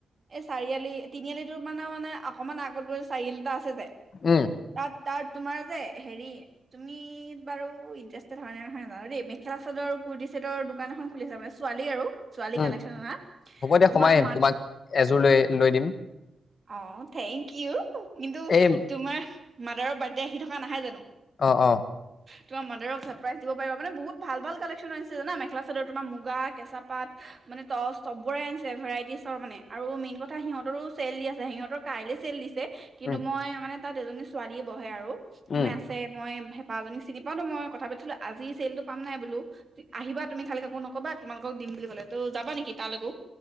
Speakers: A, on the right (about 40°); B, on the left (about 60°).
A: এই চাৰিআলি, তিনিআলিটো মানে-মানে, অকমান আগত গৈ চাৰিআলি এটা আছে। আছে যে
B: উম,
A: তাত তাত, তোমাৰ যে হেৰি তুমি বাৰু ইণ্টাৰেষ্টেড হয় নে নহয় নেজানো দেই। মেখেলা চাদৰ কুৰটি ছেটৰ দোকান এখন খুলিছে মানে ছোৱালী আৰু। ছোৱালী
B: উম'
A: কালেকশ্যন অনা
B: হ'ব দিয়া
A: তোমাৰ
B: সোমাই আহিম
A: মাত
B: তোমাক এযোৰ লৈ লৈ দিম।
A: অ' থেংকিউ। কিন্তু
B: এই
A: তোমাৰ মাদাৰৰ বাৰ্থডে আহি থকা নাহাই জানো।
B: অ', অ',
A: তোমাৰ মাডাৰক ছাৰপ্ৰাইজ দিব পাৰিবা। মানে বহুত ভাল ভাল কালেকচন আনিছে জানা মেখেলা চাদৰ তোমাৰ মুগা, কেঁচা পাত মানে টচ চবৰে আনিছে ভেৰাইটি চব মানে আৰু মেইন কথা সিহঁতৰো চেল দি আছে সিহঁতৰ কাইলে চেল দিছে। কিন্তু
B: উম,
A: মই মানে তাত এজনী ছোৱালীয়ে বহে আৰু।
B: উম,
A: মানে আছে, মই হেঁপা জনী চিনি পাওঁতো মই কথা পাতিছিলো আজি চেলটো পাম নাই বোলো? আহিবা তুমি খালি কাকো নকবা তোমালোকক দিম বুলি ক'লে তো যাবা নেকি? তালৈকো